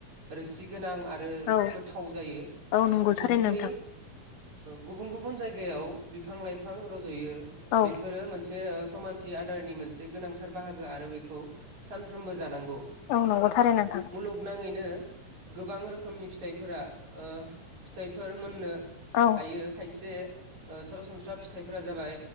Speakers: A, on the right (about 50°); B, on the left (about 75°).
A: रोसि गोनां आरो
B: औ
A: गोथाव जायो
B: औ नंगौ
A: बुहुमनि
B: थारैनो नोंथां
A: गुबुन गुबुन जायगायाव बिफां लाइफां रज'यो
B: औ।
A: बेफोरो मोनसे समानथि आदारनि मोनसे गोनांथार बाहागो आरो बेखौ सानफ्रोमबो जानांगौ।
B: औ नंगौ थारैनो नोंथां
A: मुलुगनाङैनो गोबां रोखोमनि फिथाइफोरा ओ फिथाइफोर मोननो
B: औ
A: हायो खायसे ओ सरासनस्रा फिथाइफोरा जाबाय